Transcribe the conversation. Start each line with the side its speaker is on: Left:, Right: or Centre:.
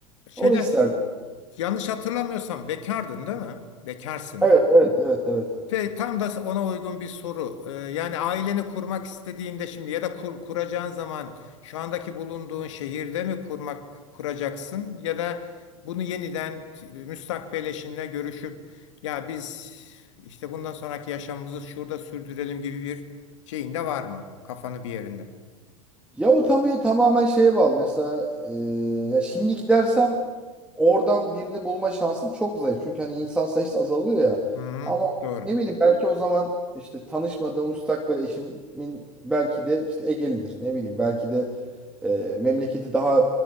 Left: Şeyden
Centre: Onu isterdim.
Left: yanlış hatırlamıyorsam bekardın değil mi? Bekarsın
Centre: Evet,
Left: yani.
Centre: evet, evet, evet.
Left: Ve tam da ona uygun bir soru. Ee, yani aileni kurmak istediğinde şimdi ya da kur- kuracağın zaman şu andaki bulunduğun şehirde mi kurmak kuracaksın ya da bunu yeniden t- müstakbel eşinle görüşüp ya biz işte bundan sonraki yaşamımızı şurada sürdürelim gibi bir şeyin de var mı? Kafanı bir yerinde.
Centre: Ya o tabii tamamen şeye bağlı. Mesela e, ya şimdi gidersem oradan birini bulma şansım çok zayıf. Çünkü hani insan sayısı azalıyor ya.
Left: Hı hı,
Centre: Ama
Left: doğru.
Centre: ne bileyim belki o zaman işte tanışmadığım müstakbel eşimin belki de işte Egelidir. Ne bileyim belki de e, memleketi daha